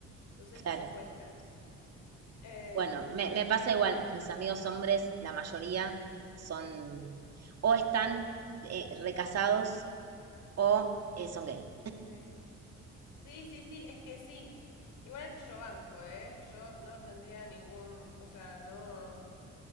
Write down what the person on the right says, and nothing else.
Claro.
Bueno, me, me pasa igual, mis amigos hombres, la mayoría son o están eh, recasados o eh, son gay.